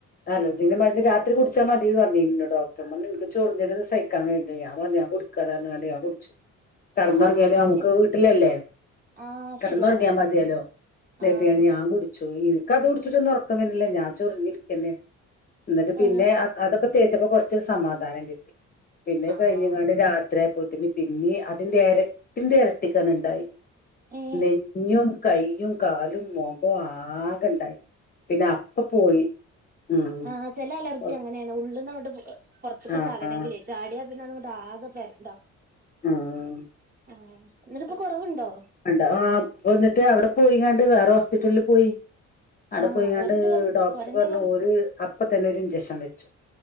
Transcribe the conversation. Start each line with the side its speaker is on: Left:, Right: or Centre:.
Left: അലർജിന മരുന്ന് രാരിടിച്ചാ മതിയ പറഞ്ഞി ഇന്ന ഡോടർമ്മ നിനക്ക് ചൊറിഞ്ഞിരുന്ന് സഹിക്കാൻ കഴിോ ഞാ പറഞ്ഞ കുടിക്കടാ ഞ കുടിച്ചു കടന്നുറങ്ങിയല്
Right: ആഹ് അത്
Left: നമുക്ക്
Right: ശരി
Left: വീട്ടിലല്ലേ
Right: ആഹ്
Left: കിടന്നുറങ്ങിയാൽ
Right: ശരിയാണ്
Left: മതിയാലോ
Right: ആഹ്
Left: എയാണ് ഞാൻ കുറിച്ചു ഈ അത് കുടിച്ചിട്ടൊന്നും ഉറക്കനില്ല ഞാ ചൊറിഞ്ഞിരിക്കന്നെ എന്നി്
Right: ഏ
Left: പിന്നെ അതൊക്കെ തേച്ചപ്പോ കൊറ സമാധാനം കിട്ടി പിന്നെ
Right: ആഹ്
Left: കഴിഞ്ഞാ രാത്രിയ അന് പിന്നെ അതിന്റെ ഇരട്ടിന്റെ ഇരട്ടിക്കാനുണ്ടായി
Right: ഏ
Left: നെഞ്ഞും കൈ യും കാലും മുഖവും ആകെ ഉണ്ടായി പിന്നെ അപ്പ പോയി ഉം
Right: ആ ചെില അലർജി
Left: ഹോസ്-
Right: അങ്ങനെയാണ് ഉള്ളിൽ നിന്ന് അട്ട് പുറത്തേക്ക്
Left: ആ
Right: ചാടണമെങ്കിലേ
Left: ആ
Right: ചാടിയാൽ പിന്നെ് ആകെ പരം
Left: ആഹ
Right: ആഹ് എന്നിട്ടിപ്പോ കൊറവുണ്ടോ
Left: ആ വന്നിട്ട് അവിടെ പോയി കണ്ട് വേറെ ഹോസ്പിറ്റലില് പോയി അവിടെ
Right: ആഹ്
Left: പോയിങ്ങാണ്ട്
Right: ഓരെന്ത് പറഞ്ഞു
Left: ഡോക്ടർ
Right: ഓരെന്ത്
Left: പറഞ്ഞു ഒരു അപ്പ തന്നെ ഒരു ഇഞ്ചെക്ഷൻ വെച്ചു